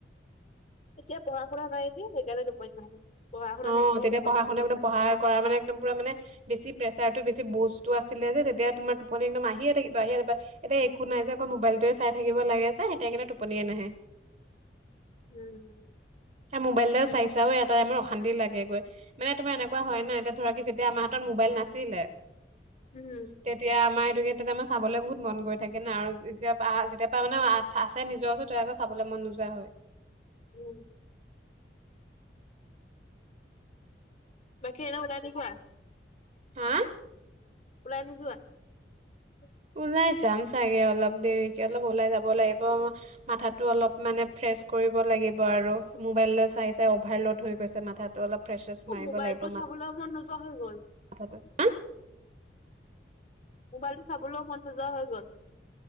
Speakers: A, on the left; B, on the right.
A: এতিয়া পঢ়া শুনা নাই নে সেইকাৰণে টোপনি নাহে। পঢ়া শুনা
B: অঁ
A: থাকিলে
B: তেতিয়া
A: টোপনি
B: পঢ়া
A: আহিলে
B: শুনা এক
A: হয়
B: পঢ়া কৰাৰ মানে একদম পুৰা মানে বেছি প্ৰেচাৰটো বেছি বুজ- টো আছিলে যেতিয়া তোমাৰ টোপনি একদম আহিয়ে থাকিব আহিয়েই থাকিব। এতিয়া একো নাই যে অকল মোবাইলটোৱে চাই থাকিব লাগে যে, এতিয়া কিনে টোপনিয়ে নাহে।
A: উম
B: মোবাইলদাল চাই চাইও এটা টাইমত অশান্তি লাগে গৈ। মানে তোমাৰ এনেকুৱা হয় নাই এতিয়া ধৰা- তেতিয়া আমাৰ হাতত মোবাইল নাছিলে
A: উম
B: তেতিয়া আমাৰ এইটো তেতিয়া আমাৰ চাবলৈ বহুত মন গ থাকে না, আৰু যেতিয়া যেতিয়া পৰা মানে- আছে নিজৰ ওচৰত তই আকৌ চাবলৈ মন নোযোৱা হল।
A: উম বাকী এনে ওলাই নোযোৱা?
B: হা
A: ওলাই নোযোৱা? <unintelligible>
B: ওলাই যাম চাগে অলপ দেৰিকে অলপ ওলাই যাব লাগিব মাথাত টো অলপ মানে ফ্ৰেছ কৰিব লাগিব আৰু, মোবাইললৈ চাই চাই অভাৰলোড হৈ গৈছে মাথাটো অলপ। ফ্ৰেছ্ৰেছ
A: অঁ
B: মাৰিব
A: মোবাইল
B: লাগিব
A: টো চাবলৈ মন নোযোৱা হৈ গল।
B: মাথাটো
A: মোবাইলটো চাবলৈও মন নোযোৱা হৈ গ'ল।